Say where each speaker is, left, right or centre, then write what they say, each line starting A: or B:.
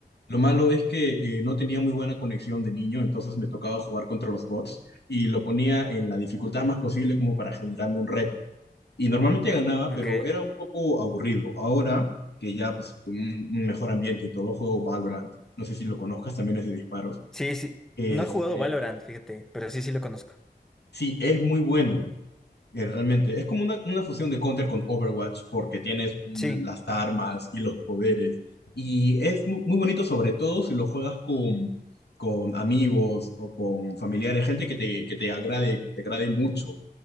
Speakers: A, on the left; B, in the centre.
A: Lo malo es que eh, no tenía muy buena conexión de niño, entonces me tocaba jugar contra los bots y lo ponía en la dificultad más posible como para generarme un reto. Y normalmente ganaba,
B: Ok.
A: pero era un poco aburrido. Ahora que ya pues tuve un, un mejor ambiente y todo, juego Valorant. No sé si lo conozcas, también es de disparos.
B: Sí, sí.
A: Este,
B: No he jugado Valorant, fíjate, pero sí, sí lo conozco.
A: sí, es muy bueno. Eh, Realmente, es como una, una fusión de Counter con Overwatch porque tienes las
B: Sí,
A: armas y los poderes. Y es mu- muy, bonito sobre todo si lo juegas con, con amigos o con familiares, gente que te, que te agrade, que te agrade mucho.